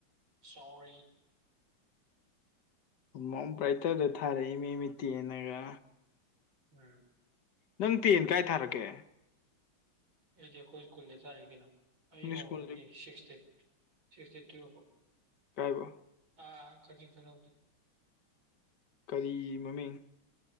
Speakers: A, on the right (about 65°); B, on the left (about 60°).
A: ꯁꯣꯔꯤ
B: ꯎ ꯃꯣꯝ ꯕ꯭ꯔꯥꯏꯇꯔꯗ ꯊꯥꯔꯛꯏ ꯃꯤ ꯃꯤꯠ ꯇꯦꯅꯒ
A: ꯎꯝ
B: ꯅꯪ ꯇꯦꯟ ꯀꯥꯏ ꯊꯥꯔꯛꯀꯦ
A: ꯑꯩꯗꯤ ꯑꯩꯈꯣꯏ ꯁ꯭ꯀꯨꯜꯗ ꯊꯔꯔꯤ ꯀꯅ ꯑꯩ
B: ꯅꯣꯏ
A: ꯍꯣꯡꯂꯛꯇꯦ
B: ꯁ꯭ꯀꯨꯜꯁꯦ
A: ꯁꯤꯛꯁ ꯗꯤ ꯁꯤꯛꯁ ꯗꯦ ꯇꯨꯐꯧ
B: ꯀꯥꯏꯕꯧ
A: ꯑ ꯈꯖꯤꯡ ꯈꯨꯅꯧꯗꯩꯅꯦ
B: ꯀꯔꯤ ꯃꯃꯤꯡ